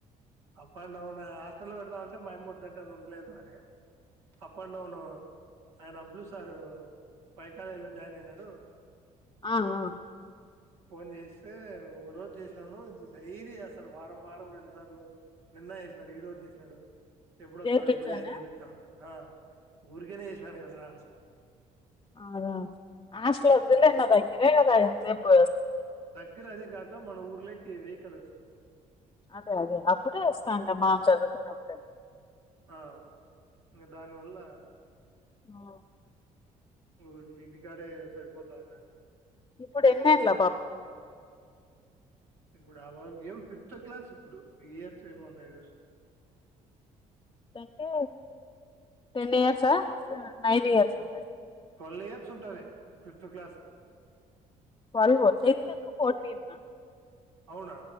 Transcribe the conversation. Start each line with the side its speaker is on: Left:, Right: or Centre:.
Right: అప్ అండ్ డౌన్ హాస్టల్లో పెడదామంటే మాయమ్మ వద్దు అంటంది ఉండలేదు కాని అప్ అండ్ డౌను ఆయన అబ్లు సారు వైకాలేజ్ లో జాయిన్ అయినాడు
Left: ఆ ఆ
Right: ఫోన్ చేస్తే ఒక రోజు చేసినాను ఇప్పుడు డైరీ చేస్ అసలు వారం వారం రెండు సార్లు నిన్న చేసినాడు ఈ రోజు చేసినాడు ఎప్పుడు వస్తావు
Left: చేర్పించానా
Right: ఎప్పుడు ఆయన జాయిన్ చేపిస్తా ఆ ఊరికేనే చేసాడు కదా రా అను
Left: అదా హాస్టల్ వద్దు లేండి నా దగ్గరే కదా ఎంత సేపు
Right: గిర అది కాక మన ఊర్లోకి వెహికల్ వస్తుంది
Left: అదే అదే అప్పుడే వస్తాందమ్మా చదువుకున్నప్పుడే
Right: ఆ ఇంకా దానివల్ల
Left: ఆ
Right: ఓరిని ఇంటికాడే సరిపోతాదాటా
Left: ఇప్పుడు ఎన్ని ఏళ్ళు ఆ పాప కి
Right: ఇప్పుడు ఆ వానికి ఏం ఫిఫ్త్ క్లాస్ ఇప్పుడు ఇయర్స్ ఏమో ఉంటాయి
Left: టాంటే టెన్ ఇయర్సా నైన్ ఇయర్స్ ఉంటయి
Right: ట్వలివ్ ఇయర్స్ ఉంటుంది ఫిఫ్త్ క్లాస్ కు
Left: వాళ్లు ఒత్తైతుకు పోటీన్నా
Right: అవునా